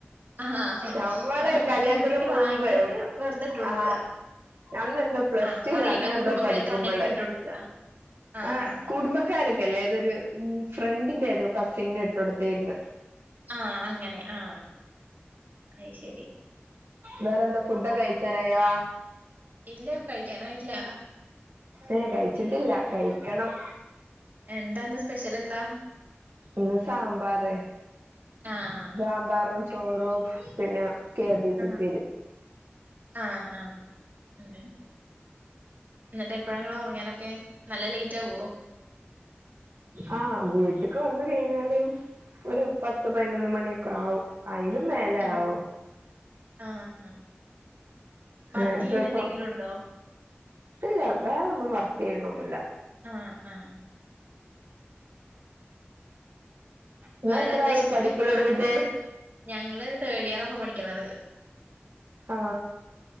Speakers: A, on the right; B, on the right.
A: ആഹ്
B: നമ്മള് കല്യാണത്തിന്
A: മെഹന്തി വാങ്ങീട്ട്
B: മുമ്പ്
A: വെറുതെ ഇട്ട് കൊടുക്കുക
B: ആ ന്ന്െന്തോ പ്ലസ്റ്റു
A: ആഹ് അറിയുന്ന
B: അങ്ങനെ എന്തോ
A: കുടുംബക്കാർക്ക്
B: പഠിക്കുമ്പോള്
A: അങ്ങനെയൊക്കെ ഇട്ട് കൊടുക്കുക ആഹ്
B: ആ കുടുംബക്കാരൊക്കെ അല്ലതൊരു ഫ്രണ്ടിന്റെ ഇതൊക്കെ സി ട്ട്ട്ത്തെരുന്ന്
A: ആ അങ്ങനെ ആ അയ്ശരി
B: വേറെ എന്താ ഫുഡക്ക കഴിച്ചാനയോ
A: ഇല്ല കഴിക്കാനായിട്ടില്ല
B: ഏ കഴ- ച്ചിട്ടില്ല കഴിക്കണം
A: എന്താന്ന് സ്പെഷ്യൽ എന്താ
B: ന്ന് സാമ്പാർ
A: ആഹ്
B: സാമ്പാറ് ചോറും പിന്നെ കാബേജ്
A: ആ
B: ഉപ്പേരിയും
A: ആ ആ അങ്ങെ എന്നിട്ട് എപ്പഴാങ്ങ ഉറങ്ങലൊക്കെ നല്ല ലേറ്റ് ആവോ
B: ആ വീട്ടക്ക് വന്ന് കഴിഞ്ഞാലും ഒരു പത്ത് പതിനൊന്ന് മണിയൊക്കെ ആവും അയിലും മേലയാവോ
A: ആഹ് ആഹ്
B: അങ്ങനെപ്പപ്പ
A: വർക്ക് ചെയ്യുന്ന എന്തെങ്കിലും ഉണ്ടോ
B: ഇല്ല വേറെൊന്നും വർക്ക് ചെയ്യണൊന്നില്ല
A: ആ ആ
B: ഇങ്ങള്
A: വേറെ
B: എത്രായി
A: എന്താ നിങ്ങക്ക്
B: പഠിക്കല്
A: ഇഷ്ടപ്പെട്ട
B: തൊടങ്ങിട്ട്
A: ഞങ്ങള് തേർഡ് ഇയർ ഇ പഠിക്കണത്
B: ആ